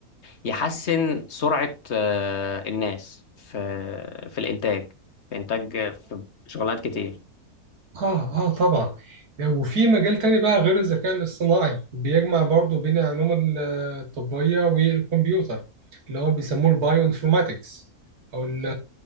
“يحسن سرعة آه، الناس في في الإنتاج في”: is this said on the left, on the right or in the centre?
Left